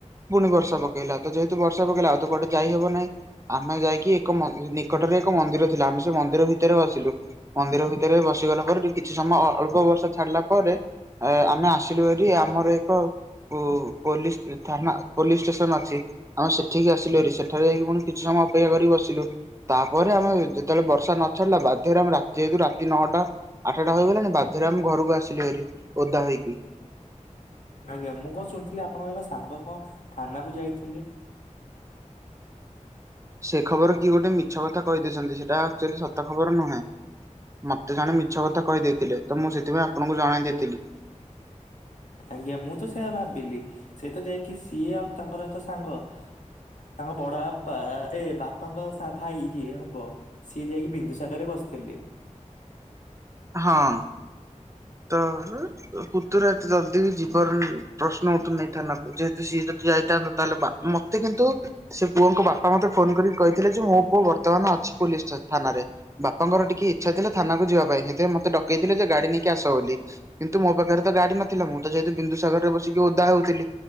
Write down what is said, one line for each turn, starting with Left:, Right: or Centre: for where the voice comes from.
Right: ପୁଣି ବର୍ଷା ପକେଇଲା ତ ଯେହେତୁ ବର୍ଷା ପକେଇଲା ଆଉ ତୋ କୁଆଡେ ଯାଇହବ ନାହିଁ। ଆମେ ଯାଇକି ଏକ ମ ନିକଟରେ ଏକ ମନ୍ଦିର ଥିଲା ଆମେ ସେ ମନ୍ଦିର ଭିତରେ ଵସିଲୁ। ମନ୍ଦିର ଭିତରେ ବସିଗଲା ପରେ କିଛି ସମୟ ଅଳ୍ପ ବର୍ଷା ଛାଡିଲା ପରେ ଅ ଆମେ ଆସିଲୁ ହେରି ଆମର ଏକ ପୋ ପୋଲିସ ଥାନା ପୋଲିସ ଷ୍ଟେସନ ଅଛି। ଆମେ ସେଠିକି ଆସିଲୁ ହେରି ସେଠାରେ ଯାଇକି ପୁଣି କିଛି ସମୟ ଅପେକ୍ଷା କରି ବସିଲୁ। ତାପରେ ଆମେ ଯେତେବେଳେ ବର୍ଷା ନଛଡିଲା ବାଧ୍ୟରେ ଆମେ ରାତି ଯେହତୁ ରାତି ନଅଟା। ଆଠଟା ହୋଇଗଲାଣି ବାଧ୍ୟରେ ଆମ ଘରକୁ ଆସିଲୁ ହେରି ଓଦା ହେଇକି।
Left: ଆଜ୍ଞା ମୁଁ କଣ ଶୁଣିଥିଲି ଆପଣଙ୍କ ଏକ ସାଙ୍ଗ କଣ ଥାନା କୁ ଯାଇଥିଲେ।
Right: ସେ ଖବର କିଏ ଗୋଟେ ମିଛ କଥା କହିଦେଇଛନ୍ତି ସେଟା ଆକ୍ଚୁଲି ସ ସତ ଖବର ନୁହେଁ ମତେ ଜଣେ ମିଛ କଥା କହିଦେଇଥିଲେ ତ ମୁଁ ସେଥିପାଇଁ ଆପଣଙ୍କୁ ଜଣେଇ ଦେଇଥିଲି।
Left: ଆଜ୍ଞା ମୁଁ ତ ସେଇଆ ଭାବିଲି ସେ ତ ଯାଇକି ସିଏ ଆଉ ତାଙ୍କର ଏକ ସାଙ୍ଗ ତାଙ୍କ ବଡ ବାପା ଏ ବାପାଙ୍କ ଭାଇ ଯିଏ ହବ। ସିଏ ଯାଇକି ବିନ୍ଦୁସାଗରରେ ବସିଥିଲେ।
Right: ହଁ। ତ ପୁତୁରା ଏତେ ଜଲଦି ବି ଯିବାର ପ୍ରଶ୍ନ ଉଠୁନାହିଁ ଥାନାକୁ ଯେହେତୁ ସିଏ ଯଦି ଯାଇଥାନ୍ତତା ତାହେଲେ ମତେ କିନ୍ତୁ ସେ ପୁଅଙ୍କ ବାପା ମତେ ଫୋନ କରି କହିଥିଲେ ଯେ ମୋ ପୁଅ ବର୍ତ୍ତମାନ ଅଛି ପୋଲିସି ଥାନାରେ। ବାପାଙ୍କର ଟିକେ ଇଚ୍ଛା ଥିଲା ଥାନାକୁ ଯିବାପାଇଁ ସେଥିପାଇଁ ମତେ ଡକେଇଥିଲେଯେ ଗାଡି ନେଇ କି ଆସ ବୋଲି କିନ୍ତୁ ମୋ ପାଖରେତ ଗାଡି ନଥିଲା ମୁଁ ତ ଯେହେତୁ ବିନ୍ଦୁସାଗରରେ ବସିକି ଓଦା ହଉଥିଲି।